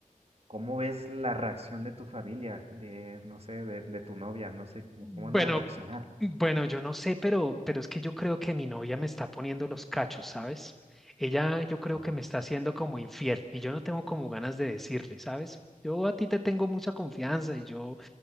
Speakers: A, on the right (about 45°); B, in the centre.
A: ¿Cómo ves la reacción de tu familia, de, no sé, de, de tu novia? No sé, cómo,
B: Mm.
A: cómo van
B: Bueno,
A: a reaccionar.
B: Bueno, yo no sé, pero, pero es que yo creo que mi novia me está poniendo los cachos, ¿sabes? Ella yo creo
A: No.
B: que me está haciendo como infiel y yo no tengo como ganas de decirle, ¿sabes? Yo a ti te tengo mucha confianza y yo